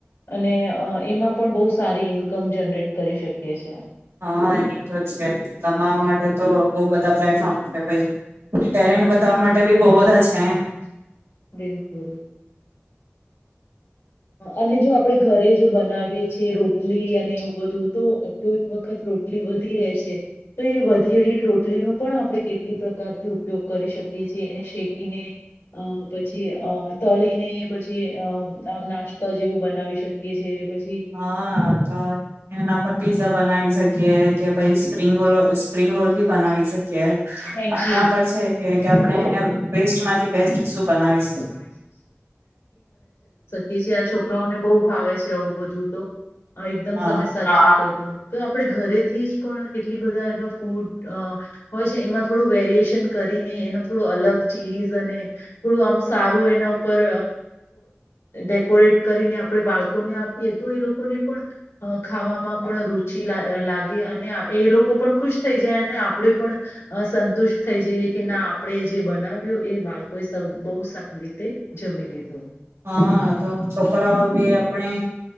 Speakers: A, on the left; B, on the right.
A: અને એમાં પણ બહુ સારી ઇન્કમ જનરેટ કરી શકીએ છે
B: હા એ તો છે કમાવા માટે તો બહુ બધા પ્લેટફોર્મ કઈ ટેલેન્ટ બતાવા માટે બી બહુ બધા છે એમ
A: બિલકુલ અને જો આપણે ઘરે જો બનાવીએ છેીએ રોટલી અને એવું બધું તો તો એક વખત રોટલી વધી રહે છે તો એ વધેલી રોટલીનો પણ આપણે કેટલી પ્રકારથી ઉપયોગ કરી શકીએ છીએ એને શેકીને પછી અ તળીને પછી અ નાસ્તા જેવું બનાવી શકીએ છીએ પછ
B: હા તો એના પર પીઝા બનાવી શકીએ કે પાઈ સ્પ્રંગ ર સ્પ્રિંગ રોલ ભી બનાવી શકીએ
A: મેગી
B: આપણા પર છે કે આપણે એને વેસ્ટ માંથી બેસ્ટ શું બનાવી
A: જે છે આ છોકરાઓને બહુ ભાવે છે આવું બધું તો એકદમ
B: હા
A: તમે સાચી તો આપડે ઘરેથી જ પણ કેટલી બધા એવા ફૂડ હોય છે એમાં થોડું વેરિએેશન કરીને એનો થોડો અલગ ચીઝ થોડું આમ સારું એના ઉપર ડેકોરેટ કરીને આપણે બાળકોને આપીએ તો એ લોકોને પણ ખાવામાં પણ રુચિ લાગે અને એ લોકો પણ ખુશ થઈ જાય અને આપણેે પણ સંતુષ્ટ થઈ જઈએ કે ના આપણેે જે બનાવ્યું એ બાળ કોઈ સ બહુ સ તે જમી લીધું
B: હા તો છોકરાઓ બી આપણે